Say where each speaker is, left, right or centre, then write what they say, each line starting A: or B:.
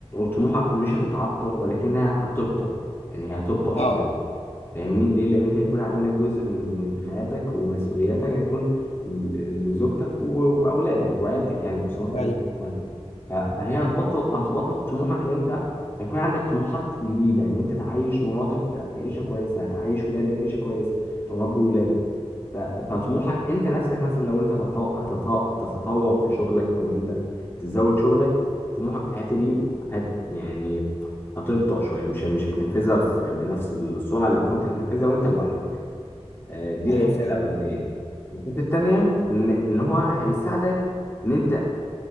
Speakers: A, on the left (about 20°); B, on the left (about 70°).
A: طموحك مش هتتعطل ولكنها هتبطأ يعني هي هتبطأ
B: اه
A: شوية فاهمني ليه لان انت هيكون عندك جزء من من حياتك ومسؤولياتك هيكون ل- لزوجتك و- واولادك وعيلتك يعني اسرتك
B: ايوه
A: اللي طبعا ف- فهي هتبطئ هتبطئ طموحك لان انت هيكون عندك طموحات جديده ان انت تعيش مراتك في في عيشه كويسه هتعيش ولادك عيشه كويسه تربي ولادك ف- فطموحك انت نفسك مثلا لو انت تتطو- هتتط- تتطور في شغلك او ان انت تزود شغلك طموحك في الحته دي هت يعني هتبطأ شويه مش مش هتنفذها في- بنفس السرعه اللي كنت هتنفذها وانت لوحدك آه، دي
B: ايوه
A: الحته
B: فاهم
A: الاولانيه الحته التانيه ان ان هو هيساعدك ان انت